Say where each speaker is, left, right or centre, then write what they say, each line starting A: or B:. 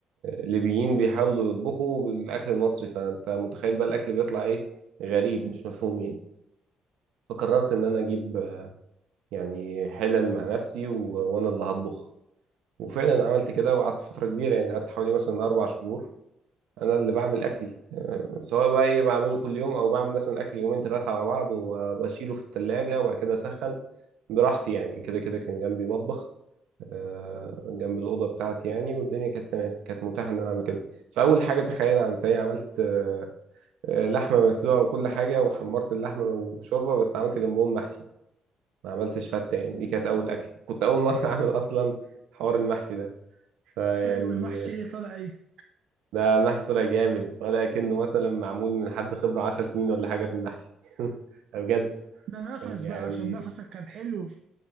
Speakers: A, on the right; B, on the right.
A: ليبيين بيحاولوا يطبخوا بالاكل المصري فانت متخيل بقى الاكل بيطلع ايه غريب مش مفهوم يعني فقررت ان انا اجيب آه، يعني حلل مع نفسي و... وانا اللي هطبخ وفعلا عملت كده وقعدت فتره كبيره يعني قعدت حوالي مثلا اربع شهور انا اللي بعمل اكلي آه، سواء بقى ايه بعمله كل يوم او بعمل مثلا اكل يومين ثلاثه على بعض وبشيله في الثلاجه وبعد كده اسخن براحتي يعني كده كده كان جنبي مطبخ آه، جنب الأوضة بتاعتي يعني والدنيا كانت تمام كانت متاحة إن أنا أعمل كده فأول حاجة تخيل عملت إيه عملت آه، آه، لحمة مسلوقة وكل حاجة وحمرت اللحمة وشوربة بس عملت جنبهم محشي ما عملتش فتة يعني دي كانت أول أكل كنت أول مرة <laughs> أعمل أصلا حوار المحشي ده فيعني
B: وإيه، والمحشي إيه طالع إيه؟
A: ده المحشي طلع جامد ولا كأنه مثلا معمول من حد خبرة عشر سنين ولا حاجة في المحشي <laughs> بجد
B: ده نفس
A: كان يعني
B: بقى عشان نفسك كان حلو